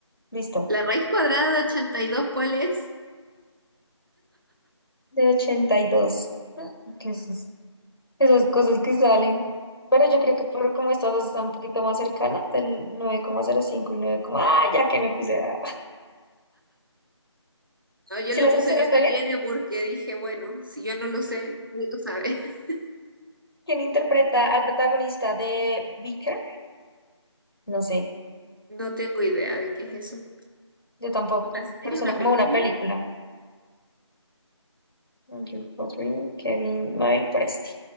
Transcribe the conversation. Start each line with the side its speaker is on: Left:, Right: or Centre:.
Left: listo.
Right: ¿La raíz cuadrada de 82 cuál es?
Left: De 82. Mm, ¿Qué es eso? Esas cosas que salen. Pero yo creo que por como estas dos están un poquito más cercanas, del nueve coma cero cinco y 9, ah, ya que me puse a...
Right: No, yo
Left: Si
Right: le
Left: la
Right: puse
Left: seleccionaste
Right: que no
Left: bien,
Right: tiene porque dije, bueno, si yo no lo sé, nadie lo sabe. <laughs>
Left: ¿quién interpreta al protagonista de Beaker? No sé,
Right: No tengo idea de qué es eso.
Left: Yo tampoco,
Right: ¿Una serie,
Left: pero suena
Right: una
Left: como
Right: película?
Left: una película. Andrew Rodri, Kevin, me voy a ir por este.